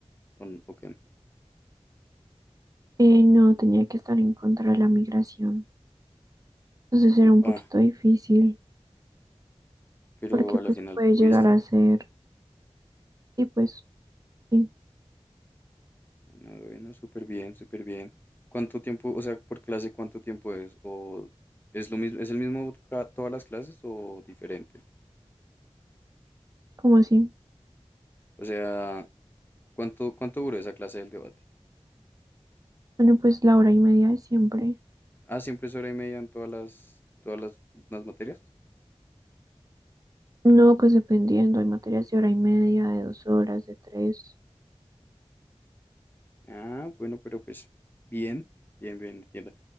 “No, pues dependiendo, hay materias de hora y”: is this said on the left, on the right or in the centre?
Right